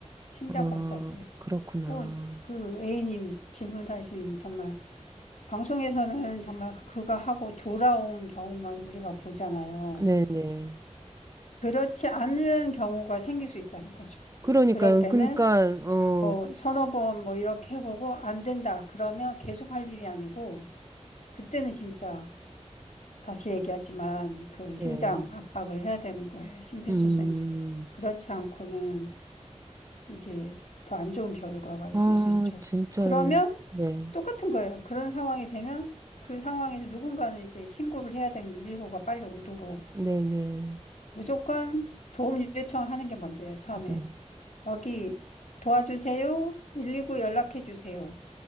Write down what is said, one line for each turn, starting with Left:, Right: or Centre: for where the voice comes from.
Left: 심장
Right: 어,
Left: 마사지.
Right: 그렇구나.
Left: 어, 그 A님이 질문하신 정말 방송에서는 정말 그거 하고 돌아온 경우만 우리가 보잖아요.
Right: 네네.
Left: 그렇지 않은 경우가 생길 수 있다는 거죠.
Right: 그러니까요.
Left: 그럴 때는
Right: 그러니까 어,
Left: 뭐 서너 번 뭐 이렇게 해보고 안 된다. 그러면 계속 할 일이 아니고 그때는 진짜 다시 얘기하지만 그 심장
Right: 네.
Left: 압박을 해야 되는 거예요. 심폐소생술.
Right: 음.
Left: 그렇지 않고는 이제 더 안 좋은 결과가
Right: 아,
Left: 있을 수 있죠.
Right: 진짜는
Left: 그러면
Right: 네.
Left: 똑같은 거예요. 그런 상황이 되면 그 상황에서 누군가는 이제 신고를 해야 되는 119가 빨리 오도록
Right: 네, 네.
Left: 무조건 도움 요청하는 게 먼저예요. 처음에
Right: 음.
Left: 여기 도와주세요. 119 연락해 주세요.